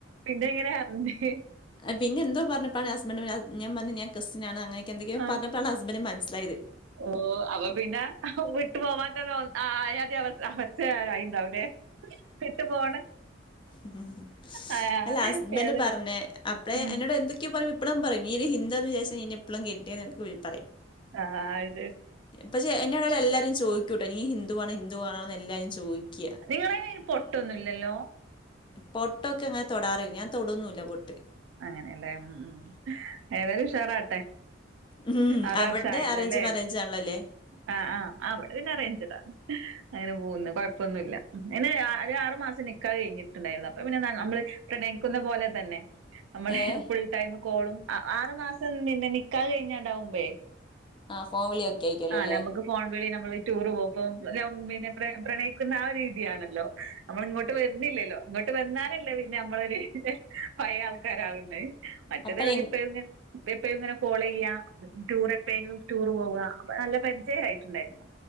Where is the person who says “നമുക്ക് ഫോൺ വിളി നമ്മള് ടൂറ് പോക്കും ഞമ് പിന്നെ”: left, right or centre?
Right